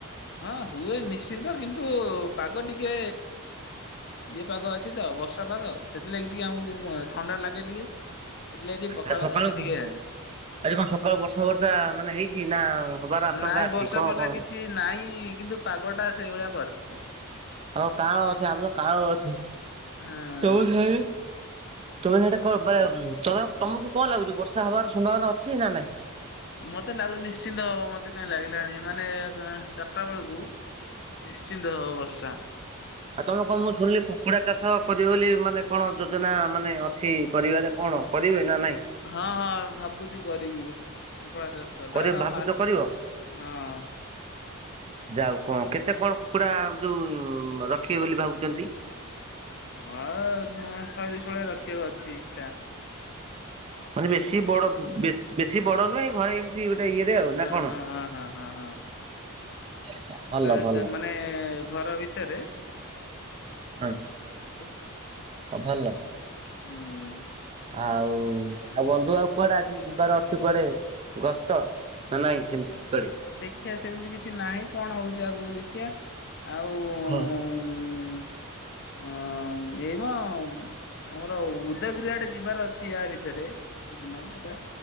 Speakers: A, on the left (about 50°); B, on the right (about 25°).
A: ହଁ ହୁଏ ନିଶ୍ଚିନ୍ତ କିନ୍ତୁ ପାଗ ଟିକେ ଇଏ ପାଗ ଅଛି ତ ବର୍ଷା ପାଗ ସେଥିଲାଗି ଟିକେ ଆମକୁ ଥଣ୍ଡା ଲାଗେ ଟିକେ ସେଥିଲାଗି ଟିକେ ପଖାଳ
B: ଆଜି ସକାଳୁ
A: ଏଇନା ଟିକେ
B: ଆଜି କଣ ସକାଳୁ ବର୍ଷା ବର୍ଷା ମାନେ ହେଇଛି ନା? ହବାର ଆଶଙ୍କା
A: ନାଇଁ
B: ଅଛି
A: ବର୍ଷା
B: କଣ
A: ଫର୍ଷା
B: କଣ?
A: କିଛି ନାଇଁ କିନ୍ତୁ ପାଗଟା ସେଇଭଳିଆ କରିଛି।
B: ହଉ କାଳ ଅଛି ଆମ କାଳ ଅଛି
A: ହଁ
B: ସବ ତମେ ସେଟା କଣ କରିବା ତମକୁ କଣ ଲାଗୁଛି ବର୍ଷା ହବାର ସମ୍ଭାବନା ଅଛି ନା ନାହିଁ?
A: ମତେ ଲାଗୁଛି ନିଶ୍ଚିନ୍ତ ହବ ମତେ କାହିଁ ଲାଗିଲାଣି ମାନେ ଚାରିଟା ବେଳକୁ ନିଶ୍ଚିନ୍ତ ହବ ବର୍ଷା।
B: ଆଉ ତମେ କଣ ମୁଁ ଶୁଣିଲି କୁକୁଡା ଚାଷ କରିବ ବୋଲି ମାନେ କଣ ଯୋଜନା ମାନେ ଅଛି କରିବାରେ କଣ? କରିବେ ନା ନାଇଁ?
A: ହଁ ଭାବୁଛି କରିବି କୁକୁଡ଼ା ଚାଷ।
B: କରିବ
A: <unintelligible>
B: ଭାବୁଛ କରିବ?
A: ହଁ।
B: ଯାଉ କଣ କେତେ କଣ କୁକୁଡା ଯୋଉ ରଖିବେ ବୋଲି ଭାବୁଛନ୍ତି?
A: ହଁ ଶହେ ଦୁଇଶହ ଭଳିଆ ରଖିବାକୁ ଅଛି ଇଚ୍ଛା।
B: ମାନେ ବେଶୀ ବଡ ବେଶୀ ବଡ ନୁହେଁ ଘରେ ଏମିତି ଗୋଟେ ଇଏରେ ଆଉ
A: ହଁ
B: ନା କଣ?
A: ହଁ ହଁ ହଁ ହଁ ହଁ।
B: ଆଚ୍ଛା
A: ଗୋଟେ
B: ଭଲ ଭଲ।
A: ମାନେ ଘର ଭିତରେ
B: ହଁ।
A: ହୁଁ।
B: ଭଲ ଆଉ ଆଉ ବନ୍ଧୁ ଆଉ କୁଆଡେ ଆଜି ଯିବାର ଅଛି କୁଆଡେ ଗସ୍ତ? ନା ନାଇ ସେମତି କୁଆଡେ।
A: ଦେଖିବା ସେମିତି କିଛି ନାଇଁ କଣ ହଉଚି ଆଗକୁ ଦେଖିଆ। ଆଉ ଉଁ
B: ହଁ
A: ଆଁ ଏଇ ମ। ଆମର ଉଦୟଗିରି ଆଡେ ଯିବାର ଅଛି ୟା ଭିତରେ ଦିନଟା ଗୋଟେ।